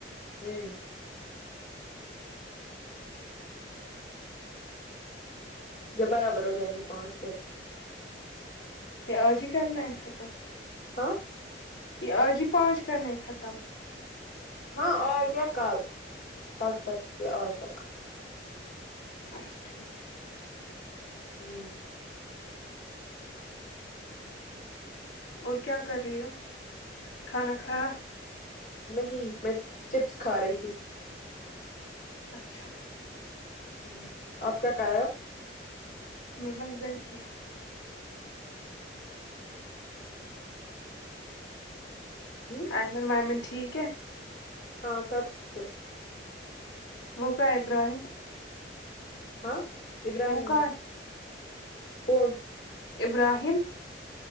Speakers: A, on the left (about 45°); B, on the left (about 80°).
A: جی جب برابر ہو جائیں گے پانچ پ
B: یہ اج ہی کرنا ہے ختم
A: ہاں
B: یہ آج ہی پانچ کرنے ختم
A: ہاں اج یا کل کر سکتی ہے اج یا کل
B: اچھا ٹھیک
A: ہمم
B: اور کیا کر رہی ہو کھانا کھایا
A: نہیں میں چپس کھا رہی تھی
B: اچھا
A: ہمم آپ کا کا یا
B: میں بس بڑھتی
A: ہ
B: وائمن وائمن <unintelligible> ٹھیک ہے
A: ہاں سب ٹھیک ہے
B: وہ کہاں ہے ابراہیم
A: ہاں ابراہم
B: وہ کہاں
A: بھی کون
B: ابراہیم